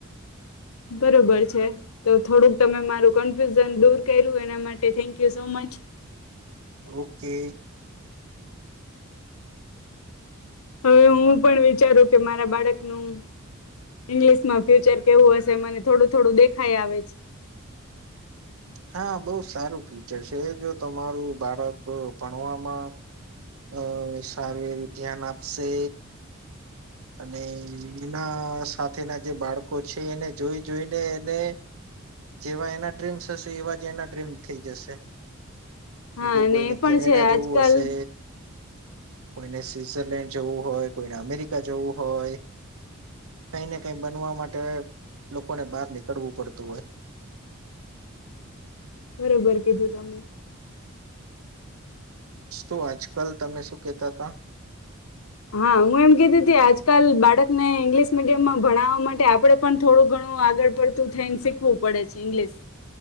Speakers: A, on the left; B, on the right.
A: બરોબર છે, તો થોડુંક તમે મારું કન્ફ્યુઝન દૂર કયરુ એના માટે thank you so much.
B: Okay.
A: હવે હું પણ વિચારું કે મારા બાળકનું ઈંગ્લિશમાં ફ્યુચર કેવું હશે મને થોડું થોડું દેખાય આવે છે.
B: હા, બહુ સારું ફ્યુચર છે એ જો તમારું બાળક ભણવામાં અ સારી ધ્યાન આપશે અને એના સાથેના જે બાળકો છે એને જોઈ જોઈને એને જેવા એના ડ્રીમ્સ હશે એવા જ એના ડ્રીમ થઈ જશે. કેમકે
A: હા અને
B: કોઈને
A: એ પણ
B: કેનેડા
A: છે આજકાલ
B: જવું અશે. કોઈને સ્વીત્ઝરલેન્ડ જવું હોય કોઈને અમેરિ કા જવું હોય, કાંઈ ને કાંઈ બનવા માટે લોકોને બાર નીકળવું પડતું હોય.
A: બરોબર કીધું તમે‌
B: તો આજકાલ તમે શું કેતા તા?
A: હા હું એમ કેતી તી આજકાલ બાળકને ઈંગ્લિશ મીડિયમમાં ભણાવવા માટે આપડે પણ થોડું ઘણું આગળ પડતું થઈને શીખવું પડે છે ઇંગ્લિશ